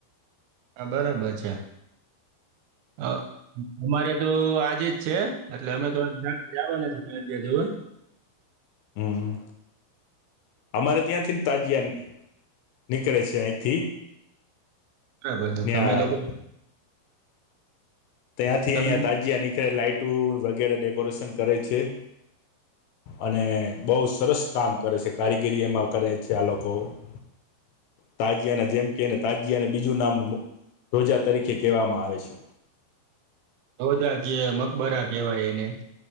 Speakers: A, on the right (about 80°); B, on the left (about 80°).
A: હા બરાબર છે, અ અમારે તો આજે જ છે, અટલે અમે તો જાવાના છે <unintelligible> જોવા
B: હમ્મ અમારે ત્યાંથીને તા જેમ નીકળે છે, અહીંથી
A: બરાબર
B: ત્યાં
A: તમે લોકો
B: ત્યાંથી
A: તમે
B: અહીંયા તાજીયા નીકળે લાઈટું વગેરે ડેકોરેશન કરે છે. અને બો સરસ કામ કરે છે, કારીગીરી એમાં કરે છે, આ લોકો હમ્મ તાજીયાના જેમ કે ને તાજીયાનું બીજું નામ રોજા તરીકે કહેવામાં આવે છે.
A: રોજા કે મકબરા કહેવાય એને